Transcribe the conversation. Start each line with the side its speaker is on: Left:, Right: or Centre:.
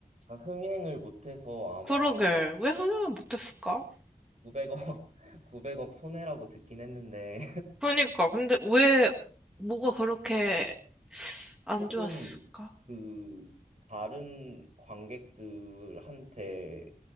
Right: 약간 흥행을 못해서 아마
Centre: 그러게, 왜 흥행을 못했을까?
Right: 900억, 900억 <laughs> 손해라고 듣긴 했는데
Centre: 그러니까, 근데 왜, 뭐가 그렇게 안
Right: 조금
Centre: 좋았을까?
Right: 그 다른 관객들한테